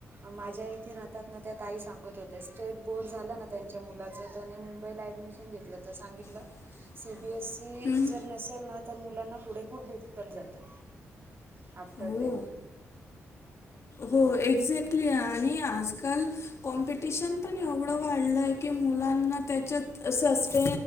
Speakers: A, on the right; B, on the left.
A: माझ्या इथे राहतात ना त्या ताई सांगत होत्या स्टेट बोर्ड झाला ना त्यांच्या मुलाच त्या मुंबईला ऍडमिशन घेतलं तर सांगितलं
B: <unintelligible>
A: सी बी एस सी
B: हम्म.
A: जर नसेल ना तर मुलांना पुढे खूप डिफिकल्ट जातं आफ्टर
B: हो
A: टेन्थ
B: हो एक्झॅक्टली आणि आजकाल कॉम्पिटिशन पण एवढं वाढलंय की मुलांना त्याच्यात सस्े